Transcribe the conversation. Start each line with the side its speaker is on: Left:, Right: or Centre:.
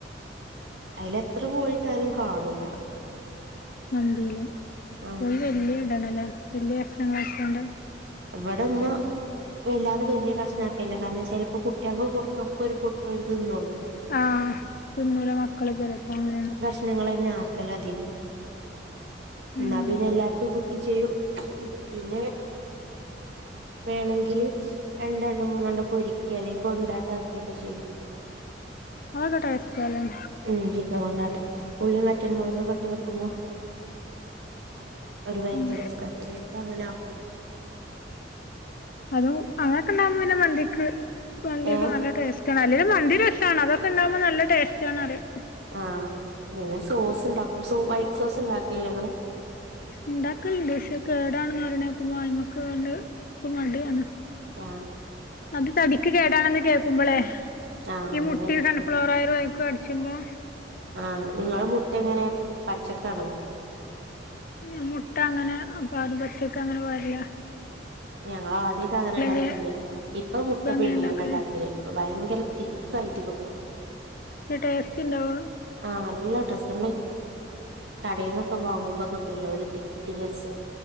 Right: അയ്ലെത്ര കോയിട്ടാലും കാണൂല
Left: മന്തില്.
Right: ആഹ്
Left: കോയി വല്യത്ടണല്ലേ. വല്യ കഷ്ണങ്ങളാക്കിയാണ്ട്
Right: വട മ്മ വല്ലാതെ വല്യ കഷ്ണാക്കല്ല. കാരണം ചെലപ്പോ കുട്ട്യാക്കൊകൊടുത്തൊ ക്കൊരു പൊട്ടോല് തിന്നള്ളൂ
Left: ആഹ് തിന്നൂല മക്കള് ചെലേപ്പൊ അങ്ങനേണ്
Right: ണങ്ങളെന്നെ ആക്കലധികും.
Left: ഉം
Right: ന്നാ പിന്നെ എല്ലാർക്കും കിട്ടുംചെയ്യും ഉം പിന്നെ വേണെങ്കില് രണ്ടണ്ട മൂന്നെണ്ട പൊരിക്കെ അല്ലെങ്കി കൊണ്ടാട്ടാക്കുകൊക്കെ ചെയ്യും
Left: ങ്ങളോടെടെ സ്ഥലം
Right: ഉം ചിക്കൻകൊണ്ടാട്ടം. ഉൾളീം വറ്റൽ മുളക്കൊക്കെട്ട് വെക്കുമ്പോ ഒരു ഭയങ്കരസ.
Left: ഉം
Right: അപ്പ ചെൽപ്പ അങ്ങനാക്കും
Left: അതും അങ്ങനൊക്കെണ്ടാകുമ്പോ പിന്നെ മന്തിക്ക് മന്ത്യൊക്കെ
Right: ഏഹ്
Left: നല്ല ടേസ് സ്റ്റണ്. അല്ലേലും മന്തി രസാണ്. അതൊക്കെണ്ടാവുമ്പോ നല്ല ടേസ്റ്റാണ്റിയാ
Right: ആഹ് പിന്നെ സോസ്ണ്ടാക്കും. So white സോസ്ണ്ടാക്കെല്ലെങ്ങള്
Left: ഇണ്ടാക്കൽണ്ട്. പക്ഷേ അത് കേടാണെന്ന് പറിണേക്കുമ്പോ അയ്മക്ക്വണ്ട് പ്പ മടിയാണ്
Right: ആഹ്
Left: അത് തടിക്ക് കേടാണെന്ന് കേക്കുമ്പളേ
Right: ആഹ്
Left: ഈ മുട്ടിം
Right: അതന്നെ
Left: സൺഫ്ലവറോയലും അയ്ക്ക് അട്ച്ചുമ്പോ
Right: ആഹ് നിങ്ങളെ മുട്ടെങ്ങനെ പച്ചക്കാണൊ
Left: ല്ല. മുട്ടങ്ങനെ പാരും. പച്ചൊക്കങ്ങനെ പാര്ലാ
Right: ഞങ്ങളാദ്യക്കങ്ങനെ ണ്ടാക്കില്.
Left: കെ
Right: ഇപ്പൊ മുട്ട
Left: ഇപ്പ എങ്ങനെ
Right: പിയ്ങ്യാണ്ടണ്ടാക്കല്
Left: ഉണ്ടാക്കല്
Right: അപ്പ ഭയങ്കര തിക്കായിട്ട് കിട്ടും
Left: ത് ടേസ്റ്റ് ണ്ടാവോ അഹ്
Right: ആഹ് നല്ല ടേസ്സ്. നമ്മളി കടേന്നൊക്കെ വാങ്ങുമ്പോ കിട്ടൂലോ ഒരു തിക്ക്നെസ്